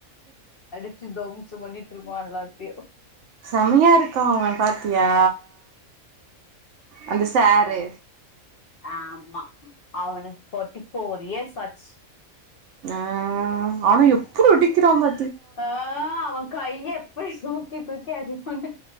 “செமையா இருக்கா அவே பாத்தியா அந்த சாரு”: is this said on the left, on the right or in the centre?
Right